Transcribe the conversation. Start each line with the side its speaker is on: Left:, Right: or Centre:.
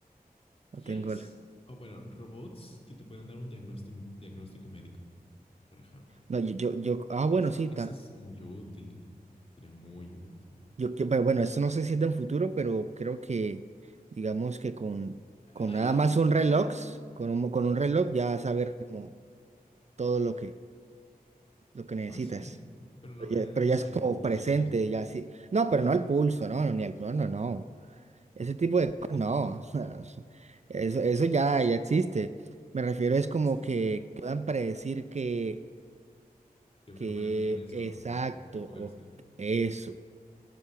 Right: no tengo
Left: IAs,
Right: el...
Left: o bueno, robots que te pueden dar un diagnóstico, diagnóstico médico, por ejemplo.
Right: No, yo, yo, yo- ah,
Left: Eso,
Right: bueno, sí, ta-
Left: eso es muy útil. Sería muy útil.
Right: yo, que- pero bueno, esto no sé si es de un futuro, pero creo que, digamos que con, con
Left: ¿Hay
Right: nada
Left: algo
Right: más
Left: cercano?
Right: un reloj, con un, con un reloj ya saber como todo lo que, lo que necesitas.
Left: Ah, sí, pero no
Right: Pero
Left: ve el,
Right: ya, pero ya es
Left: el
Right: como
Left: pulso
Right: presente,
Left: y esas cosas.
Right: ya sí. No, pero no al pulso, no, no, ni al... No, no, no. Ese tipo de cosas,
Left: <laughs>
Right: no, <laughs> o sea, eso, eso ya, ya existe. Me refiero es como
Left: Existe.
Right: que puedan predecir que,
Left: ¿Qué enfermedad
Right: que
Left: tienes
Right: exacto
Left: o, o qué podrías
Right: o
Left: tener?
Right: eso.